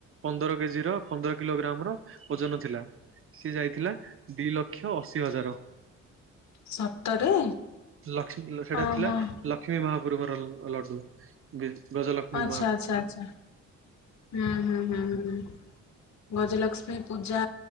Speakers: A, on the right (about 45°); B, on the left (about 65°).
A: ପନ୍ଦର କେଜି ର ପନ୍ଦର କିଲୋଗ୍ରାମ ର ଓଜନ ଥିଲା। ସିଏ ଯାଇଥିଲା ଦି ଲକ୍ଷ ଅଶୀ ହଜାର।
B: ସତରେ
A: ଲକ୍ଷ୍ମୀ ସେଟା
B: ହଁ
A: ଥିଲା
B: ହଁ
A: ଲକ୍ଷ୍ମୀ ମହାପ୍ରଭୁର ଲଡୁ। ଗେ ଗଜଲକ୍ଷ୍ମୀ
B: ଆଚ୍ଛା
A: ମହା
B: ଆଚ୍ଛା ଆଚ୍ଛା ହୁଁ ହୁଁ ହୁଁଁ। ଗଜଲକ୍ଷ୍ମୀ ପୂଜା